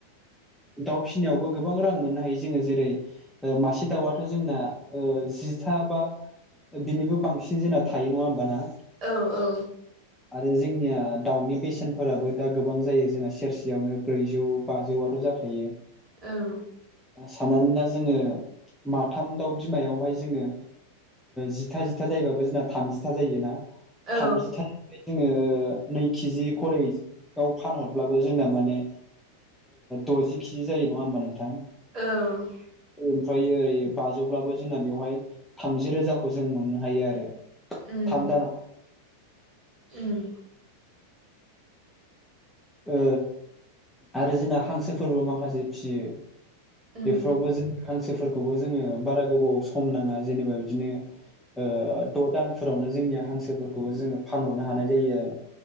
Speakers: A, in the centre; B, on the right.
A: दाउ फिसिनायावबो गोबां रां मोननो हायो जोङो जेरै ओ मासे दाउआथ' जोंना जिथा बा बिनिबो बांसिन जोंना थायो नङा होमबाना?
B: औ औ
A: आरो जोंनिया दाउनि बेसेनफोराबो दा गोबां जायो जोंना सेरसेयावनो ब्रैजौ बाजौआथ' जाखायो।
B: ओं
A: सानानै ला जोङो माथाम दाउ बिमायावहाय जोङो जिथा जिथा जायोबाबो जोंना थामजिथा जायो ना।
B: औ
A: थामजिथाम जोङो नै केजि खरै औ फानहरब्लाबो जोंना माने द'जि केजि जायो नङा होमबा नोंथां?
B: औ
A: ओमफ्रायो ओरै बाजौब्लाबो जोंना बेवहाय थामजि रोजाखौ जों मोननो हायो आरो।
B: उम
A: थाम दानाव
B: उम
A: ओ आरो जोंना हांसोफोरबो माखासे फियो
B: उम
A: बेफोरावबो जों हांसोफोरखौबो जोङो बारा गोबाव सम नाङा जेनेबा बिदिनो ओ द' दानफोरावनो जोंनिया हांसोफोरखौबो जोङो फानहरनो हानाय जायो आरो।